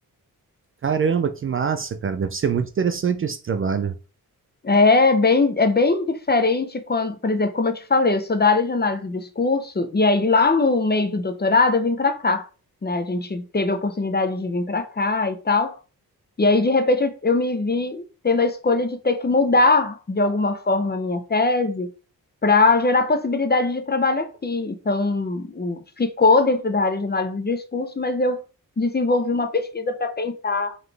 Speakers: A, on the right; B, on the left.
A: Caramba, que massa, cara. Deve ser muito interessante esse trabalho.
B: É bem, é bem diferente quando, por exemplo, como eu te falei, eu sou da área de análise do discurso, e aí lá no meio do doutorado eu vim para cá, né? A gente teve a oportunidade de vir para cá e tal. E aí, de repente, eu, eu me vi tendo a escolha de ter que mudar, de alguma forma, a minha tese para gerar possibilidade de trabalho aqui. Então, o- ficou dentro da área de análise de discurso, mas eu desenvolvi uma pesquisa para pensar